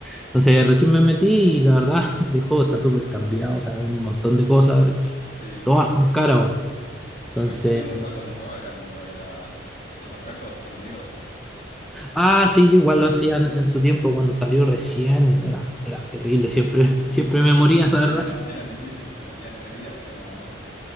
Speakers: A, in the centre; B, on the left.
A: entonces recién me metí y la verdad, <laughs> este juego está súper cambiado, o sea, un montón de cosas,
B: Sí,
A: todas son caras, weón.
B: lo
A: entonces,
B: que yo- a mí me gustaba cuando jugaba eran lo de las, los atracos con amigos.
A: ah, sí, yo igual lo hacían en en su tiempo cuando salió recién y era, era terrible, siempre, <laughs> siempre me moría, la
B: Sí,
A: verdad,
B: eran, eran difíciles igual, tenías tres vidas creo nada más, sí.